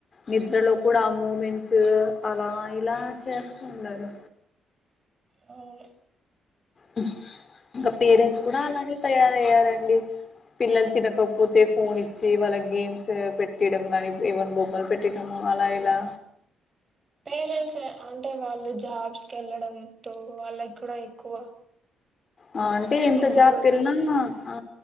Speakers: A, on the left; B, on the right.
A: నిద్రలో
B: అవును
A: కూడా ఆ మూమెంట్ అలా ఇలా చేస్తూ ఉండారు
B: అ <inaudible> <unintelligible>
A: హుహు ఇంకా పేరెంట్స్ కూడా అలానే తయారయ్యారు పిల్లలు తినకపోతే ఫోన్ ఇచ్చి వాళ్ళ గేమ్స్ పెట్టీడం గానీ ఏవన్న బొమ్మలు పెట్టిడమో మళ్ళా ఇలా
B: పేరెంట్స్ అంటే వాళ్ళు జాబ్ తీసుకెళ్లడంతో వాళ్ళకి కూడా ఎక్కువ
A: ఆ అంటే ఎంత
B: విసుగు
A: జాబ్
B: వచ్చేసింది
A: కి వెళ్లినా ఆ